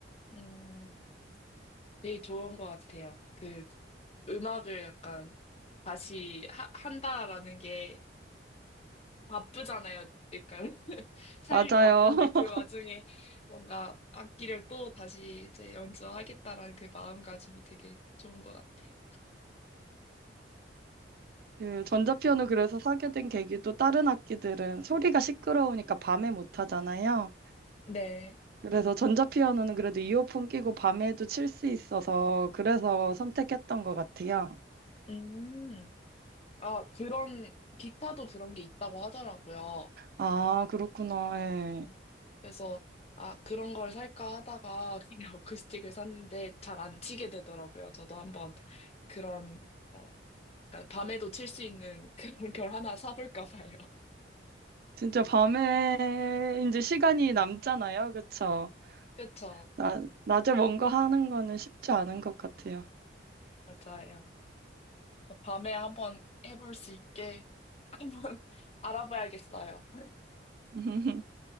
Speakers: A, on the left (about 35°); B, on the right (about 50°).
A: 음, 되게 좋은 것 같아요. 그 음악을 약간 다시 하, 한다라는 게 바쁘잖아요. 약간 <laughs> 삶이
B: 맞아요.
A: 바쁜데 그
B: <laughs>
A: 와중에 뭔가 악기를 또 다시 이제 연주하겠다라는 그 마음가짐이 되게 좋은 것 같아요.
B: 그 전자피아노 그래서 사게 된 계기도 다른 악기들은 소리가 시끄러우니까 밤에 못 하잖아요.
A: 네.
B: 그래서 전자피아노는 그래도 이어폰 끼고 밤에도 칠 수 있어서 그래서 선택했던 것 같아요.
A: 음. 아, 그런, 기타도 그런 게 있다고 하더라고요.
B: 아, 그렇구나. 예.
A: 네. 그래서, 아, 그런 걸 살까 하다가 그냥 <laughs> 어쿠스틱을 샀는데 잘 안 치게 되더라고요. 저도 한번 그런, 어, 그러니까 밤에도 칠 수 있는 <laughs> 그런 걸 하나 사볼까 봐요. <laughs>
B: 진짜 밤에 이제 시간이 남잖아요. 그쵸?
A: 그쵸.
B: 나, 낮에 뭔가 하는 거는 쉽지 않은 것 같아요.
A: 맞아요. 밤에 한번 해볼 수 있게 <laughs> 한번 알아봐야겠어요.
B: <laughs>